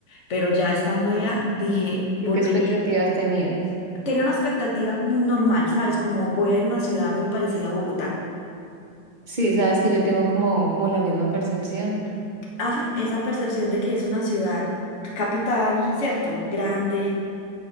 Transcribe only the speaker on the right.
¿Tú ¿Qué expectativas tenías?
Sí, sabes que yo tengo como, como la misma percepción.